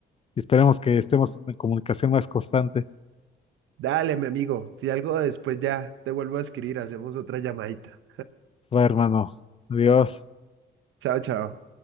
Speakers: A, on the left; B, on the right.
A: y esperemos que estemos en comunicación más constante.
B: dale, mi amigo, si algo después ya te vuelvo a escribir, hacemos otra llamadita.
A: Va, hermano. Adiós.
B: Chao, chao.